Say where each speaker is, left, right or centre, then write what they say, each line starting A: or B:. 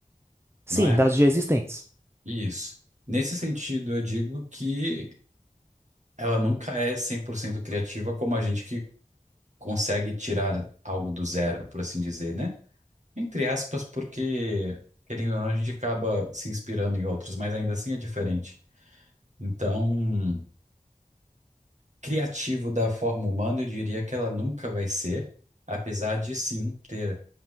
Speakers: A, on the right; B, on the right.
A: Sim,
B: não é?
A: dados já existentes.
B: Isso. Nesse sentido, eu digo que ela nunca é 100% criativa como a gente que consegue tirar algo do zero, por assim dizer, né? Entre aspas, porque, querendo ou não, a gente acaba se inspirando em outros, mas ainda assim é diferente. Então, criativo da forma humana, eu diria que ela nunca vai ser, apesar de sim ter